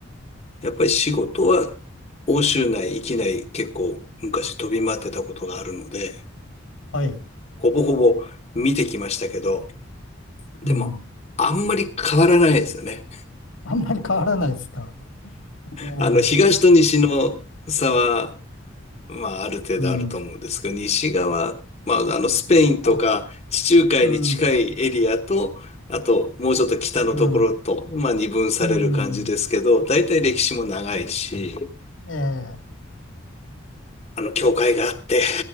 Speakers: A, on the left (about 30°); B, on the left (about 80°).
A: やっぱり仕事は欧州内、域内結構昔飛び回ってたことがあるので、
B: はい。
A: ほぼほぼ見てきましたけど、
B: うん。
A: でもあんまり変わらないですよね。
B: あんまり変わらないですか。ええ、
A: あの東と西の差は、まあある程度あると思うんですけど、
B: うん。
A: 西側、まああのスペインとか地中海に近いエリアと、
B: まあ、うん。
A: あともうちょっと北のところと、
B: うん。
A: まあ二分される感じですけど、
B: うん。
A: 大体歴史も長いし、
B: ええ、
A: あの教会があって、